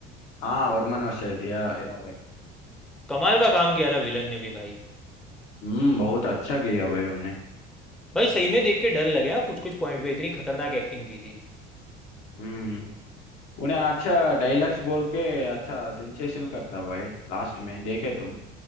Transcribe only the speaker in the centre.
कमाल का काम किया था विलन ने भी भाई
भाई सही में देख के डर लगे हाँ कुछ कुछ पॉइंट पे इतनी खतरनाक एक्टिंग की थी